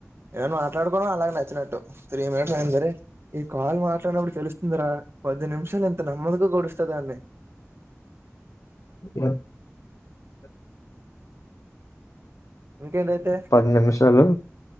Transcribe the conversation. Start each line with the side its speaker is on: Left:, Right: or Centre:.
Right: ఏను మాట్లాడుకోవడం అలాగ నచ్చినట్టు త్రీ మినిట్స్ అయింది సరే ఈ కాల్ మాట్లాడినప్పుడు తెలుస్తుంది రా కొద్ది నిమిషం ఎంత నెమదుగా గడుస్త దాన్ని
Left: <unintelligible>
Right: ఇంకేంటైతే
Left: పది నిమిషాలు